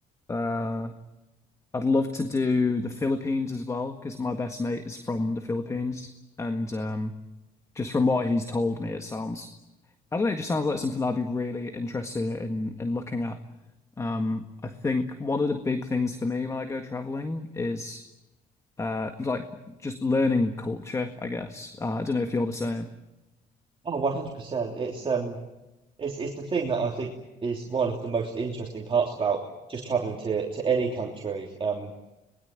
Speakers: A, on the left (about 15°); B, on the right (about 30°).
A: Uh, I'd love to do the Philippines as well because my best mate is from the Philippines, and um, just from what he's told me, it sounds, I don't know, it just sounds like something I'd be really interested in in looking at. Um, I think one of the big things for me when I go traveling is uh like just learning culture, I guess. Uh, I don't know if you're the same.
B: Oh, 100%. It's um it's it's the thing that I think is one of the most interesting parts about just traveling to to any country. Um